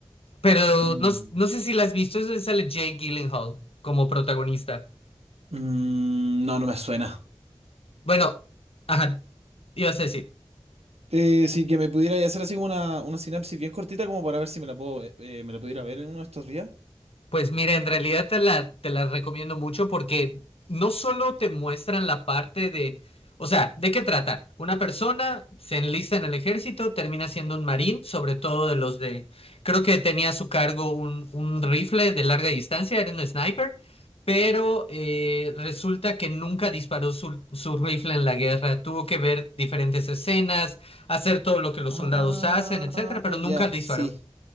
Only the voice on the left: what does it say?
Pero
no, no sé si la has visto, es donde sale Jake Gyllenhaal como protagonista.
Bueno, ajá, ibas a decir.
Pues mira, en realidad te la, te la recomiendo mucho porque no solo te muestran la parte de, o sea, ¿de qué trata? Una persona se enlista en el ejército, termina siendo un marín, sobre todo de los de, creo que tenía a su cargo un, un rifle de larga distancia, era un sniper, pero eh, resulta que nunca disparó su, su rifle en la guerra, tuvo que ver diferentes escenas, hacer todo lo que los
soldados hacen, etcétera, pero nunca
disparó.